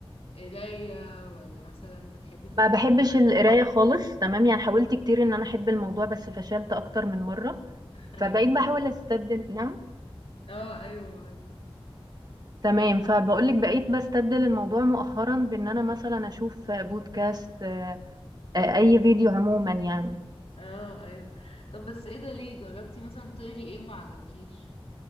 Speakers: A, on the left (about 90°); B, on the right (about 45°).
A: قراية ولا مثلا بتحبي ت...
B: ما
A: <laughs>
B: بحبش القراية خالص تمام يعني حاولت كتير ان انا احب الموضوع بس فشلت اكتر من مرة
A: ايوه
B: فبقيت بحاول استبدل نعم
A: اه ايوه
B: تمام فبقولك بقيت بستبدل الموضوع مؤخرا بان انا مثلا اشوف بودكاست آه، آه، اي فيديو عموما يعني
A: اه ايوه طب بس ايه ده ليه جربتي مثلا تقري ايه وما عجبكيش